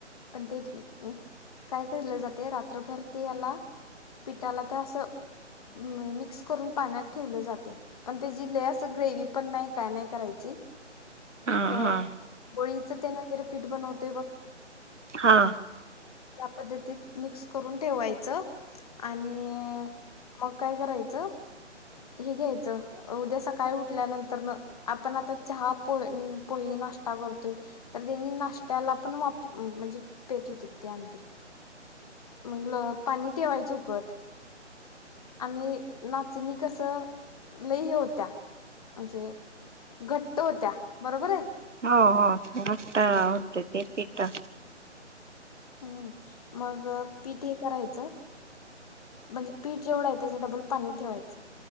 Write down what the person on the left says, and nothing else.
पण ते अं काय केले जाते रात्रभर ते याला पिठाला त्या असं म् मिक्स करून पाण्यात ठेवलं जाते. पण तेजी लय असं ग्रेव्ही पण नाही काय नाही करायची.
एक
बोळीचं तेन वगैरे पिट बनव ते वक्
<unintelligible> पद्धतीत मिक्स करून ठेवायचं. आणि मग काय करायचं, हे घ्यायचं उद्या सकाळी उठल्यानंतरनं आपण आता चहा पो न पोहे नाष्टा करतोय तर त्यांनी नाष्टलापण वाप म्हणजे पेत होती ते आणनपीर. मग ल पाणी ठेवायचं उकळत. आणि नाचणी कसं लय हे होत्या, म्हणजे घट्ट होत्या बरोबर आय.
हम् मग पीठ हे करायचं म्हणजे पीठ जेवढं आहे त्याज्या डबल पाणी ठेवायचं.